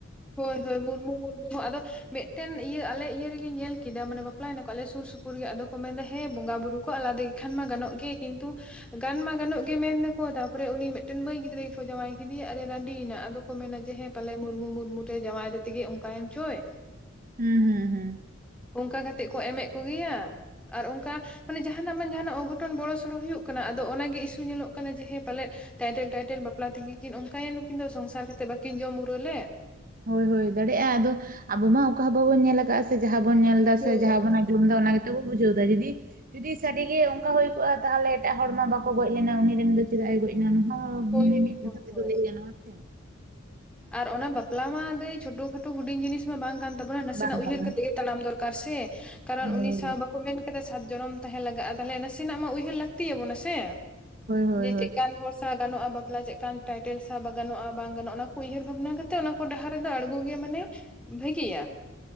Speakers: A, in the centre; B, on the right.
A: ᱦᱳᱭ ᱦᱳᱭ ᱢᱩᱨᱢᱩ ᱢᱩᱨᱢᱩ ᱦᱚᱸ ᱟᱫᱚ ᱢᱤᱫᱴᱮᱱ ᱤᱭᱟᱹ ᱟᱞᱮ ᱤᱭᱟᱹ ᱨᱮᱜᱮ ᱧᱮᱞ ᱠᱮᱫᱟ, ᱢᱟᱱᱮ ᱵᱟᱯᱞᱟᱭᱮᱱᱟ ᱠᱚ ᱟᱞᱮ ᱥᱩᱨ ᱥᱩᱯᱩᱨ ᱜᱮ ᱟᱫᱚ ᱠᱚ ᱢᱮᱱ ᱮᱫᱟ ᱦᱮ ᱵᱚᱸᱜᱟ ᱵᱩᱨᱩ ᱠᱚ ᱟᱞᱟᱫᱟ ᱜᱮᱠᱷᱟᱱ ᱢᱟ ᱜᱟᱱᱚᱜ ᱜᱮ ᱠᱤᱱᱛᱩ ᱜᱟᱱ ᱢᱟ ᱜᱟᱱᱚᱜ ᱜᱮ ᱢᱮᱱ ᱫᱟᱠᱚ ᱛᱟᱯᱚᱨᱮ ᱩᱱᱤ ᱢᱤᱫᱴᱮᱱ ᱢᱟᱹᱭ ᱜᱤᱫᱽᱨᱟᱹ ᱜᱮ ᱠᱚ ᱡᱟᱶᱟᱭ ᱠᱮᱫᱮᱭᱟ ᱟᱨᱮ ᱨᱟᱺᱰᱤᱭᱮᱱᱟ ᱟᱫᱚ ᱠᱚ ᱢᱮᱱᱟ ᱡᱮ ᱦᱮᱸ ᱯᱟᱞᱮ ᱢᱩᱨᱢᱩ ᱢᱩᱨᱢᱩ ᱨᱮ ᱡᱟᱶᱟᱭ ᱛᱮᱜᱮ ᱚᱱᱠᱟᱭᱮᱱ ᱪᱚᱭ ᱾
B: ᱦᱩᱸ ᱦᱩᱸ ᱦᱩᱸ
A: ᱚᱱᱠᱟ ᱠᱟᱛᱮᱜ ᱠᱚ ᱮᱢᱮᱜ ᱠᱚᱜᱮᱭᱟ, ᱟᱨ ᱚᱱᱠᱟ ᱢᱟᱱᱮ ᱡᱟᱦᱟᱱᱟᱜ ᱢᱟ ᱡᱟᱦᱟᱱᱟᱜ ᱚᱜᱷᱚᱴᱚᱱ ᱵᱚᱲᱚ ᱥᱚᱲᱚ ᱦᱩᱭᱩᱜ ᱠᱟᱱᱟ, ᱟᱫᱚ ᱚᱱᱟᱜᱮ ᱤᱥᱩ ᱧᱮᱞᱚᱜ ᱠᱟᱱᱟ ᱡᱮᱦᱮ ᱯᱟᱞᱮᱫ ᱴᱟᱭᱴᱮᱞ ᱴᱟᱭᱴᱮᱞ ᱵᱟᱯᱞᱟ ᱛᱮᱜᱮ ᱠᱤᱱ ᱚᱱᱠᱟᱭᱮᱱ ᱱᱩᱠᱤᱱ ᱫᱚ ᱥᱚᱝᱥᱟᱨ ᱠᱟ ᱠᱟᱛᱮ ᱵᱟᱠᱤᱱ ᱡᱚᱢ ᱯᱩᱨᱟᱹᱣ ᱞᱮᱫ ᱾
B: ᱦᱳᱭ ᱦᱳᱭ ᱫᱟᱲᱮᱭᱟᱜᱼᱟ, ᱟᱫᱚ ᱟᱵᱚ ᱢᱟ ᱚᱠᱟ ᱦᱚᱸ ᱵᱟᱵᱚᱱ ᱧᱮᱞ ᱟᱠᱟᱫᱼᱟ ᱥᱮ ᱡᱟᱦᱟᱸ ᱵᱚᱱ ᱧᱮᱞ ᱮᱫᱟ
A: ᱦᱳᱭ
B: ᱥᱮ ᱡᱟᱦᱟᱸ ᱵᱚᱱ ᱟᱡᱼᱼ ᱩᱱ ᱫᱚ ᱚᱱᱟ ᱜᱮᱛᱚ ᱠᱚ ᱵᱩᱡᱷᱟᱹᱣᱫᱟ ᱡᱤᱫᱤ ᱡᱩᱫᱤ ᱥᱟᱹᱨᱤᱜᱮ ᱚᱱᱠᱟ ᱦᱩᱭ ᱠᱚᱜᱼᱟ ᱛᱟᱦᱚᱞᱮ ᱮᱴᱟᱜ ᱦᱚᱲ ᱢᱟ ᱵᱟᱠᱚ ᱜᱚᱡ ᱞᱮᱱᱟ ᱩᱱᱤ ᱨᱮᱱ ᱫᱚ ᱪᱮᱫᱟᱜ ᱮ ᱜᱚᱡ ᱮᱱᱟ ᱚᱱᱟᱦᱚᱸ
A: ᱦᱳᱭ
B: ᱢᱟᱱᱮ ᱢᱤᱫ ᱠᱟᱛᱷᱟ
A: ᱦᱳᱭ
B: ᱛᱮᱫᱚ
A: ᱦᱳᱭ
B: ᱞᱟᱹᱭ ᱜᱟᱱᱚᱜ-ᱟ ᱥᱮ᱾
A: ᱟᱨ ᱚᱱᱟ ᱵᱟᱯᱞᱟ ᱢᱟ ᱫᱟᱹᱭ ᱪᱷᱳᱴᱳ ᱠᱷᱟᱴᱳ ᱦᱩᱰᱤᱧ ᱡᱤᱱᱤᱥ ᱢᱟ ᱵᱟᱝ ᱠᱟᱱ ᱛᱟᱵᱚᱱᱟ ᱱᱟᱥᱮᱱᱟᱜ
B: ᱵᱟᱝ
A: ᱩᱭᱦᱟᱹᱨ
B: ᱜᱟᱱᱚᱜᱼᱟ
A: ᱠᱟᱛᱮᱜ ᱜᱮ ᱛᱟᱲᱟᱢ ᱫᱚᱨᱠᱟᱨ ᱥᱮ ᱠᱟᱨᱚᱱ
B: ᱦᱳᱭ
A: ᱩᱱᱤ ᱥᱟᱶ ᱫᱚ ᱠᱚ ᱢᱮᱱ ᱠᱟᱫᱟ ᱥᱟᱛ ᱡᱚᱱᱚᱢ ᱛᱟᱦᱮᱸ ᱞᱟᱜᱟᱜ-ᱟ, ᱛᱟᱦᱞᱮ ᱱᱟᱥᱮᱱᱟᱜ ᱢᱟ ᱩᱭᱦᱟᱹᱨ ᱞᱟᱹᱠᱛᱤᱭᱟᱵᱚᱱᱟ ᱥᱮ᱾
B: ᱦᱳᱭ
A: ᱡᱮ ᱪᱮᱫᱠᱟᱱ
B: ᱦᱳᱭ
A: ᱦᱚᱲ ᱥᱟᱶ ᱜᱟᱱᱚᱜ-ᱟ ᱵᱟᱯᱞᱟ ᱪᱮᱫᱠᱟᱱ ᱴᱟᱭᱴᱮᱹᱞ ᱥᱟᱶ ᱵᱟᱝ ᱜᱟᱱᱚᱜ-ᱟ ᱵᱟᱝ ᱜᱟᱱᱚᱜᱼᱟ ᱚᱱᱟ ᱠᱚ ᱠᱚ ᱩᱭᱦᱟᱹᱨ ᱵᱷᱟᱵᱽᱱᱟ ᱠᱟᱛᱮᱜ ᱚᱱᱟ ᱠᱚ ᱰᱟᱦᱟᱨ ᱨᱮᱫᱚ ᱟᱬᱜᱚ ᱜᱮ ᱢᱟᱱᱮ ᱵᱷᱟᱹᱜᱤᱭᱟ᱾